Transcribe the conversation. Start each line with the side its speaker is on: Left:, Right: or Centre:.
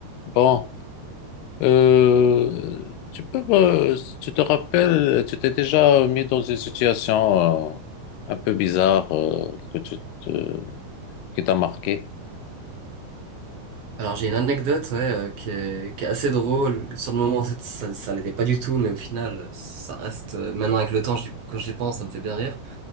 Left: Bon, euh, tu peux, me- tu te rappelles, tu t'es déjà mis dans une situation euh, un peu bizarre euh, que tu te, qui t'a marqué.
Right: Alors j'ai une anecdote ouais, euh, qui est, qui est assez drôle. Sur le moment, en ça, ça l'était pas du tout, mais au final, ça reste. euh, Maintenant, avec le temps, j'y- quand j'y pense, ça me fait bien rire.